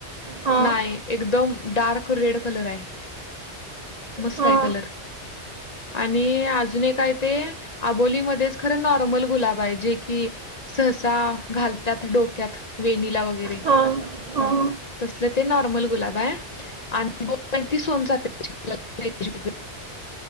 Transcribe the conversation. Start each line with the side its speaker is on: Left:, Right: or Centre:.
Right: हा
Left: नाही एकदम डार्क रेड कलर आहे मस्त
Right: हा
Left: आहे कलर. आणि अजून एक काय ते आबोलीमध्ये खरं नॉर्मल गुलाब आहे जे की. सहसा घालतात डोक्यात वेनिला वगैरे.
Right: हा हा
Left: तसलं ते नॉर्मल गुलाब आहे आणि ब माहिती सोनचा प्यायची.